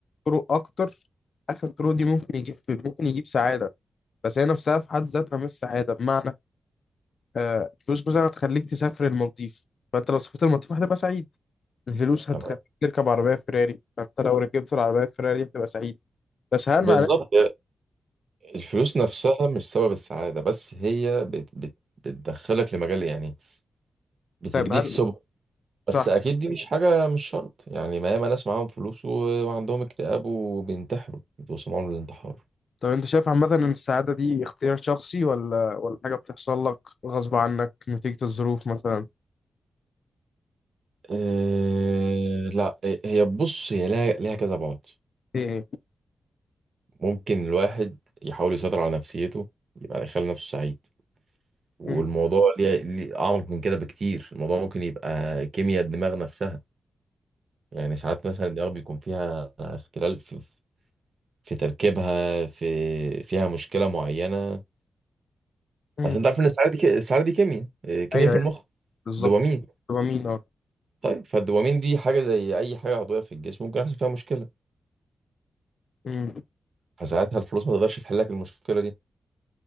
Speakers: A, on the left; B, on the right.
A: طرق اكتر اخر الطرق دي ممكن يجيب ممكن يجيب سعاده بس هي نفسها في حد ذاتها مش سعاده بمعنى آه، الفلوس مثلا هتخليك تسافر المالديف فانت لو سافرت المالديف هتبقى سعيد الفلوس هتخليك
B: تمام
A: تركب عربيه فيراري فانت لو ركبت العربيه فيراري هتبقى سعيد بس هل
B: بالظبط
A: معناه
B: الفلوس نفسها مش سبب السعادة بس هي بت بت بتدخلك لمجال يعني بتديك
A: طيب هل
B: سبل بس
A: صح
B: اكيد دي مش حاجه مش شرط يعني ما ياما ناس معاهم فلوس و... وعندهم اكتئاب وبينتحروا بيوصلوا معاهم للانتحار
A: طب انت شايف عامه ان السعاده دي اختيار شخصي ولا ولا حاجه بتحصل لك غصب عنك نتيجه الظروف مثلا
B: أه... لا هي بص هي لها لها كذا بعد
A: ايه ايه
B: ممكن الواحد يحاول يسيطر على نفسيته يبقى يخلي نفسه سعيد والموضوع
A: مم،
B: ليه ليه اعمق من كده بكتير الموضوع ممكن يبقى كيمياء الدماغ نفسها يعني ساعات مثلا الدماغ بيكون فيها اختلال في في تركيبها في فيها مشكله معينه
A: مم.
B: عشان انت عارف ان السعاده دي ك- السعاده دي كيمياء إيه، كيمياء
A: ايوه
B: في
A: أيوة،
B: المخ
A: بالظبط
B: دوبامين
A: تبقى مين اه
B: طيب فالدوبامين دي حاجه زي اي حاجه عضويه في الجسم ممكن يحصل فيها مشكله
A: مم،
B: فساعتها الفلوس ما تقدرش تحل لك المشكله دي